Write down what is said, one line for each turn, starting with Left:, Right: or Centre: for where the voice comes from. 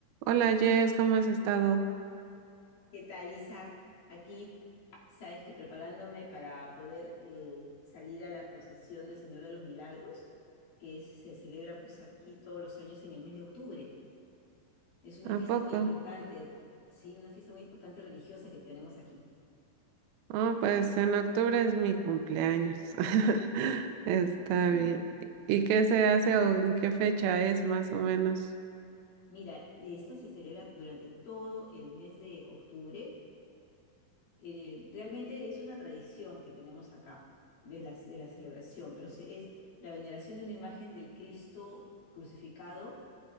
Right: Hola Jess, ¿cómo has estado?
Left: ¿Qué tal, Isa? Aquí, sabes que preparándome para poder eh, salir a la procesión del Señor de los Milagros, que es- se celebra pues aquí todos los años en el mes de octubre. Es una
Right: ¿A
Left: fiesta
Right: poco?
Left: muy importante, sí, una fiesta muy importante religiosa que tenemos aquí.
Right: Oh, pues en octubre es mi cumpleaños. <laughs> Está
Left: Mm.
Right: bien. ¿Y qué se hace o en qué fecha es más o menos?
Left: Mira, esta se celebra durante todo el mes de octubre. Eh, realmente es una tradición que tenemos acá de las, de la celebración, pero se- es la veneración de una imagen del Cristo crucificado